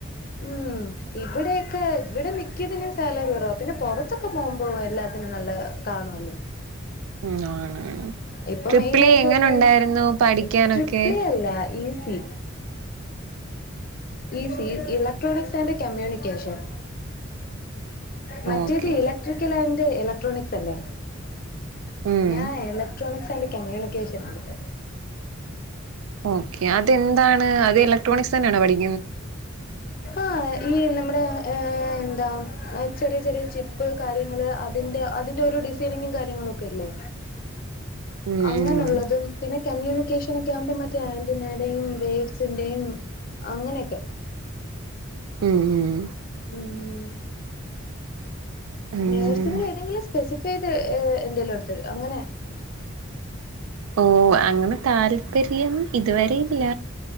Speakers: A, on the left; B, on the right.
A: ഉം ഇവിടെയൊക്കെ ഇവിടെ മിക്കതിന് സാലറി കുറവാ പിന്നെ പുറത്തൊക്കെ പോകുമ്പോ എല്ലാത്തിനും നല്ല കാണുവല്ലോ
B: ഉം ആണ് ആണ്
A: ഇപ്പൊ
B: ട്രിപ്പിളി
A: മെയിൻ ആയിട്ട്
B: എങ്ങനെ
A: എല്ലരും
B: ഉണ്ടായിരുന്നു പഠിക്കാനൊക്കെ
A: ട്രിപി ലി അല്ല ഈ ഉം ഈസി ഇലക്ട്രോണിക്സ് ആൻഡ് കമ്യൂണിക്കേഷൻ മറ്റേത്
B: ഓക്കെ
A: ഇലക്ട്രിക്കൽ ആൻഡ് ഇലക്ട്രോണിക്സ് അല്ലേ
B: ഉം
A: ഞാൻ ഇലക്ട്രോണിക്സ് ആൻഡ് കമ്മ്യൂണിക്കേഷൻ എടുത്ത്
B: ഓക്കെ അതെന്താണ് അത് ഇലക്ട്രോണിക്സ് തന്നെയാണ് പഠിക്കുന്നത്
A: ആഹ ഈ നമ്മുടെ എന്താ ചെറിയ ചെറിയ ചിപ്പ് കാര്യങ്ങള് അതിന്റെ അതിന്റെ ഓരോ ഡിസൈനിങ്ങും കാര്യങ്ങളും ഒക്കെ ഇല്ലേ
B: ഉം
A: അങ്ങനെുള്ളതും
B: ഉം
A: പിന്നെ കമ്മ്യൂണി ൻ കേഷൻ ഒക്കെ ആകുമ്പോ മറ്റേ ആന്റനയുടെയും വേവ്സിന്റെയും അങ്ങനെയൊക്കെ
B: ഉം ഉം
A: ഉം
B: ഉം
A: നേഴ്സിങ്ങിൽ ഏതെങ്കിലും സ്പെസിഫൈ്ത് എന്തേലും എടുത്തരു അങ്ങനെ <unintelligible>
B: ഓ അങ്ങനെ താല്പര്യം ഇതുവരെയില്ല